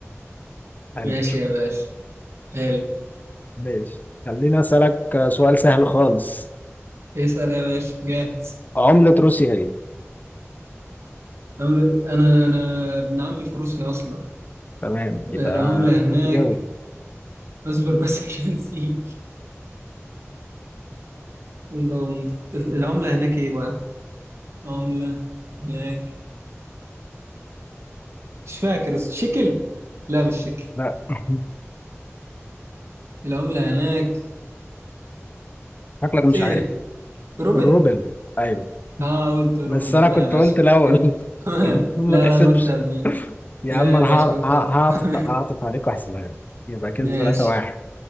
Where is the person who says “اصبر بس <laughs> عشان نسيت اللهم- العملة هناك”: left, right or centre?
Right